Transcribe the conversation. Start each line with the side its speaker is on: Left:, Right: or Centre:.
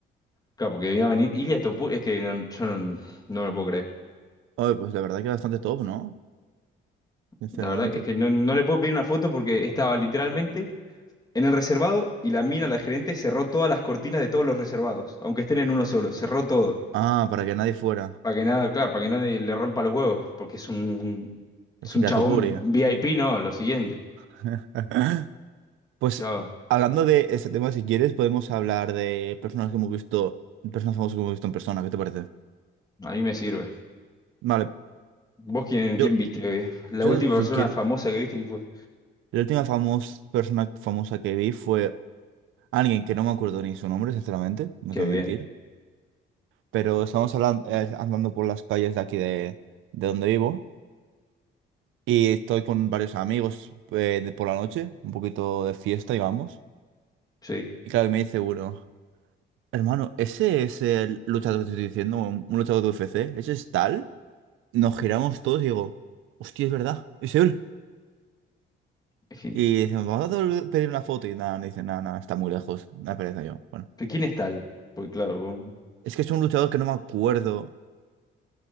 Left: Claro, porque iba a venir Ilia Topuria. Es que no, yo no, no lo puedo creer.
Right: Oye, pues la verdad que bastante top, ¿no? Sinceramente.
Left: La verdad es que no, no le puedo pedir una foto porque estaba literalmente en el reservado y la mina, la gerente, cerró todas las cortinas de todos los reservados, aunque estén en uno solo. Cerró todo.
Right: Ah, para que nadie fuera.
Left: Para que nada, claro, para que nadie le rompa los huevos, porque es un, es
Right: Es
Left: un
Right: Ilia
Left: chabón
Right: Topuria.
Left: VIP, no, lo siguiente.
Right: <laughs> Pues
Left: Claro,
Right: hablando de este tema, si quieres, podemos hablar de personas que hemos visto, personas famosas que hemos visto en persona, ¿qué te parece?
Left: a mí me sirve.
Right: Vale,
Left: ¿Vos quién,
Right: yo,
Left: quién viste? eh? La
Right: yo
Left: última
Right: si
Left: persona
Right: quieres,
Left: famosa que viste, ¿quién fue?
Right: la última famos- persona famosa que vi fue alguien que no me acuerdo ni su nombre, sinceramente, no
Left: Qué
Right: te voy
Left: bien.
Right: a mentir, pero estamos hablando, andando por las calles de aquí de, de donde vivo y estoy con varios amigos eh, de por la noche, un poquito de fiesta, digamos,
Left: Sí.
Right: y claro, y me dice uno, hermano, ¿ese es el luchador que te estoy diciendo, un un luchador de UFC? ¿Ese es tal? nos giramos todos y digo, hostia, es verdad, es él.
Left: Es que,
Right: Y decimos, vamos a dar- pedir una foto. Y nada, me dicen, nada, nada, está muy lejos. Me pereza yo. Bueno,
Left: ¿pero quién es tal? Pues claro, vos-
Right: es que es un luchador que no me acuerdo,